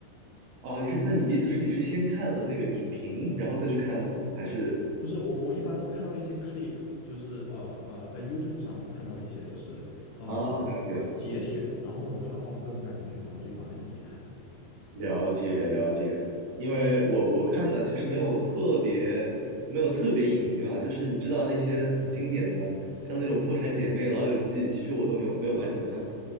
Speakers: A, on the right (about 55°); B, on the left (about 75°).
A: 哦，你是那你的意思是你是先看了那个影评，然后再去看的，还是？
B: 不是我，我一般都是看到一些 clip，就是呃呃，在 YouTube 上面看到一些就是呃呃节选，
A: 哦，了解。了。
B: 然后呢，我看到哦这很感兴趣呢，我就去把那一集看。
A: 了解了解，因为我我看的其实没有特别没有特别影迷吧，就是你知道那些很经典的，像那种《破产姐妹》《老友记》，其实我都没有没有完整的看过。